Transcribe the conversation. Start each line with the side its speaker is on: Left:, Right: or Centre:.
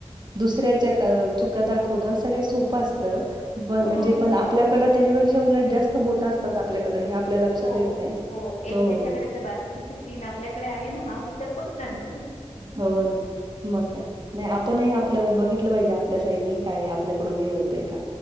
Right: दुसऱ्याच्या क चुका दाखवण सगळ्यात सोपं असतं पण
Left: हो
Right: म्हणजे पण आप आपल्याकडं त्याच्यापेक्षा उलट जास्त बोट असतात आपल्याकडे हे आपल्या लक्षात
Left: हो
Right: येत नाही
Left: हो एक
Right: हो
Left: त्याच्याकडे तर बाकीची जी तीन आपल्याकडे आहे ना हा विचार कोण करणार
Right: ह हो ना मग काय नाही आपणही आपलं बघितलं पाहिजे आपल्या साईडनी काय आपल्याकडूनही हे होतय का